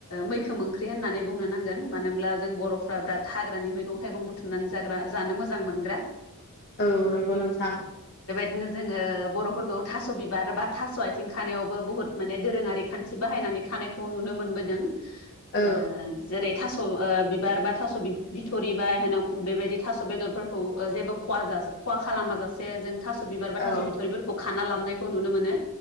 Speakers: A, on the left (about 75°); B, on the left (about 50°).
A: मैखोम ओंख्रि होननानै बुंनो नांगोन मानो जों बर'फ्रा बिराद हाग्रानि मैगं थाइगं बुथुमनानै जाग्रा जानो मोजां मोनग्रा
B: औ नंगौ नोंथां।
A: नो जोङो बर'फोरखौ थास' बिबार ओ बा थास' आथिं खानायावबो बुहुद माने दोरोङारि खान्थि बाहायनानै खानायखौ नुनो मोनबोदों।
B: औ
A: ओ जेरै थास' खौ ओ बिबार बा थास' बि-बिथ'रि बा हेनाव बेबायदि थास' बेदरफोरखौ ओ जेबो खहा जासो खहा खालामा जाासे जों थास ' बिबार बा
B: औ
A: थास' बिथ'रिफोरखौ खाना लाबनायखौ नुनो मोनो